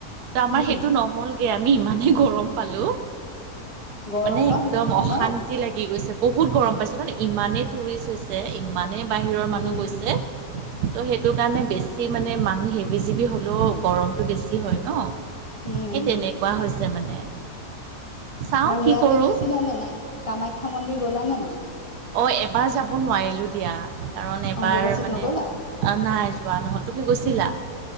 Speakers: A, on the right; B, on the left.
A: ত আমাৰ
B: উম
A: হেইটো নহলগে আমি ইমানেই গৰম পালো
B: গৰম
A: মানে
B: ন
A: একদম
B: সেইখিনি সময়ত
A: অশান্তি লাগি গৈছে বহুত গৰম পাইছোঁ ত ইমানেই টুৰিষ্ট হৈছে ইমানেই বাহিৰৰ
B: উম
A: মানুহ গৈছে ত' হেইটো কাৰণে বেছি মানে মানুহ হেভি চেভি হ'লেও গৰমটো বেছি হয় ন
B: উম
A: এই তেনেকুৱা হৈছে মানে চাওঁ
B: আৰু
A: কি
B: সেয়াতে
A: কৰোঁ
B: গৈছিলা নে নাই কামাখ্যা মন্দিৰ গলা নে নাই
A: অঁ এবাৰ যাব নোৱাৰিলোঁ দিয়া কাৰণ এবাৰ
B: অম্বুবাচীত
A: মানে
B: নগলা
A: নাই যোৱা নহ'লে তুমি গৈছিলা